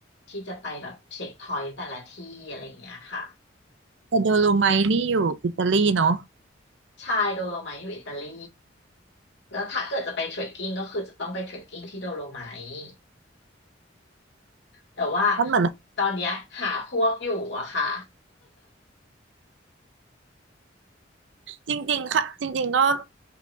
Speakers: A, on the left; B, on the right.
A: ที่จะไปแบบเช็คพอยต์แต่ละที่อะไรอย่างเงี้ยค่ะ
B: แต่โดโลไมท์นี่อยู่อิตาลีเนาะ
A: ใช่โดโลไมท์อยู่อิตาลีแล้วถ้าเกิดจะไปเทรคกิ้งก็คือจะต้องไปเทรคกิ้งที่โดโลไมท์ แต่ว่า
B: มันเหมือน
A: ตอนเนี้ยหาพวกอยู่อะค่ะ
B: จริงๆค่ะจริงๆ ก็